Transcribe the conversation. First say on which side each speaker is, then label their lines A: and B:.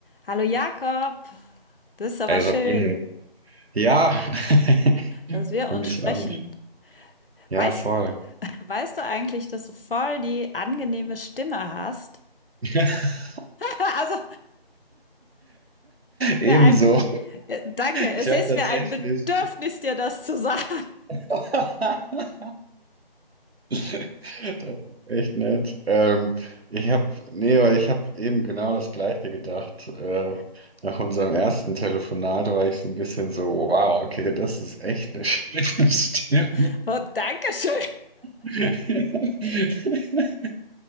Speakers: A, on the left; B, on the right.
A: Hallo Jakob, das ist aber
B: Hi
A: schön,
B: Sabine. Ja, <laughs>
A: dass wir
B: finde
A: uns
B: ich
A: sprechen.
B: auch. nicht. Ja,
A: Weißt,
B: voll.
A: weißt du eigentlich, dass du voll die angenehme Stimme hast?
B: <laughs>
A: <laughs> Also,
B: Ebenso.
A: mir ein, äh, danke, es
B: Ich habe
A: ist
B: tatsächlich.
A: mir ein Bedürfnis, dir das zu sagen.
B: <laughs> Das ist echt nett. Ähm, ich habe, nee, weil ich habe eben genau das Gleiche gedacht. Äh, nach unserem ersten Telefonat war ich so ein bisschen so, wow, okay, das ist echt eine schöne <laughs> Stimme.
A: <laughs> Und Dankeschön.
B: <laughs>